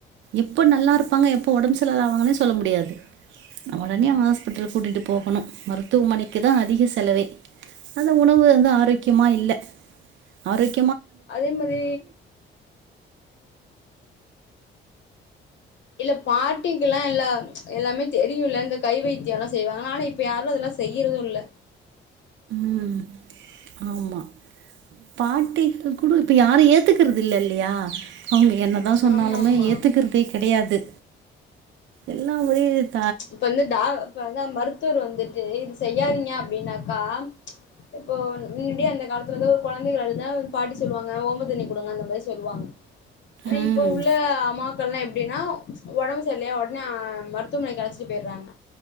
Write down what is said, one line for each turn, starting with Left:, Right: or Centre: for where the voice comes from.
Right: எப்ப நல்லா இருப்பாங்க எப்ப ஒடம்பு செ லாவாங்களே சொல்ல முடியாது அ ஒடனே ஹாஸ்பிடல் கூட்டிட்டு போகணோ மருத்துவமனைக்குதா அதிக செலவே அந்த உணவு வந்து ஆரோக்கியமா இல்ல ஆரோக்
Left: அதே மாரி இல்ல பாட்டிக்குலா எல்லா ச்ச எல்லாமே தெரியுல இந்த கை வைத்தியோலா செய்வாங்க ஆனா இப்ப யாரோ அதொல்லா செய்யறதோ இல்ல
Right: உம் ஆமா பாட்டிக்கு கூட இப்ப யாரோ ஏத்துக்கிறது இல்ல இல்லையா அவுங்க என்னதா சொன்னாலுமே
Left: ஆமா ஆமா
Right: ஏத்துக்கிறதே கெடையாது எல்லா <inaudible>
Left: ச்ச இப்ப வந்து டா இப்ப வந்தா மருத்துவர் வந்துட்டு இ செய்யாதீங்க அப்டின்னாக்கா ச்ச இப்போ மீம்டி அந்த காலத்துல இருந்து ஒரு கொழந்தைக அழுதாவு பாட்டி சொல்லுவாங்க ஓம்ப தண்ணி கொடுங்க அந்த மாரி சொல்லுவாங்க ஆனா
Right: ம்
Left: இப்ப உள்ள அம்மாக்கள்லா எப்டினா ச்ச ஒடம் ர்லையா உடனே ஆ மருத்துமனைக் அழச் சி போயிறாங்க